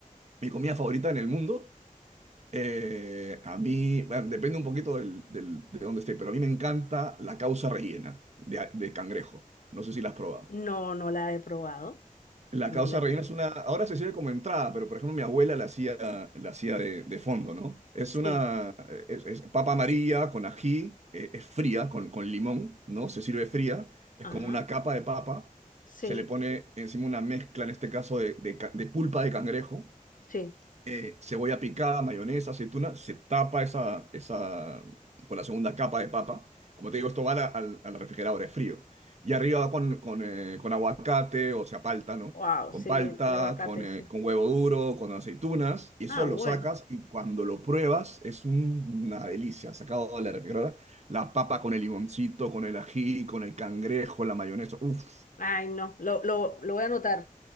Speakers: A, on the right; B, on the left.
A: Mi comida favorita en el mundo, eh, a mí, bueno, depende un poquito del, del- de dónde esté, pero a mí me encanta la causa rellena de, a- de cangrejo. No sé si la has probado.
B: No, no la he probado.
A: La
B: No
A: causa
B: la he
A: reina
B: probado.
A: es una, ahora se sirve como entrada, pero por ejemplo mi abuela la hacía, la hacía de, de fondo, ¿no? Es
B: Sí,
A: una, es, es papa amarilla con ají, eh, es fría, con, con limón, ¿no? Se sirve fría, es
B: ajá,
A: como una capa de papa,
B: sí,
A: se le pone encima una mezcla, en este caso, de, de ca- de pulpa de cangrejo,
B: sí.
A: eh, cebolla picada, mayonesa, aceituna, se tapa esa, esa con la segunda capa de papa. Como te digo, esto va a la- al, al refrigerador, es frío. Y arriba va con, con, eh, con aguacate, o sea, palta, ¿no?
B: Wow,
A: Con
B: sí,
A: palta,
B: el aguacate,
A: con, eh,
B: sí.
A: con huevo duro, con aceitunas, y eso
B: Ah,
A: lo
B: bueno.
A: sacas y cuando lo pruebas es un- una delicia. Sacado de la refrigeradora, la papa con el limoncito, con el ají, con el cangrejo, la mayonesa. Uf,
B: Ay, no, lo, lo, lo voy a anotar.